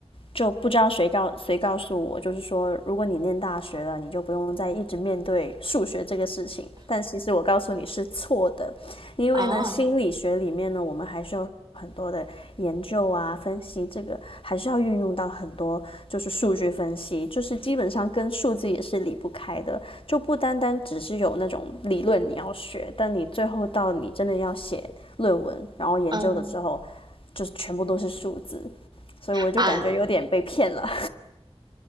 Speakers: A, on the left (about 60°); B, on the right (about 45°).
A: 就不知道谁告谁告诉我，就是说，如果你念大学了，你就不用再一直面对数学这个事情。但其实我告诉你是错的，因为呢，
B: 啊，
A: 心理学里面呢，我们还是有很多的研究啊、分析，这个还是要运用到很多，就是数据分析，就是基本上跟数字也是离不开的，就不单单只是有那种理论你要学，但你最后到你真的要写论文，然后研究的时候，
B: 嗯
A: 就全部都是数字。所以我就感觉有点被骗了。
B: 啊，